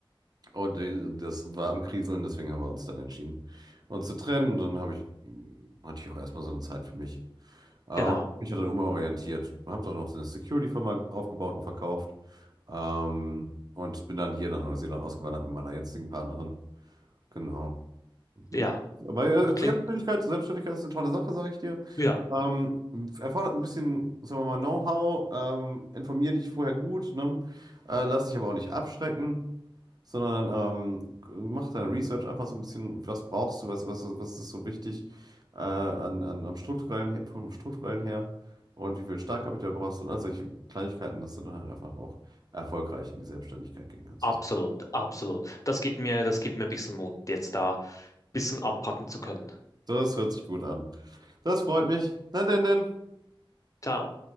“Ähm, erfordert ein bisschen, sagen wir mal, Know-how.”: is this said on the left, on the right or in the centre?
Right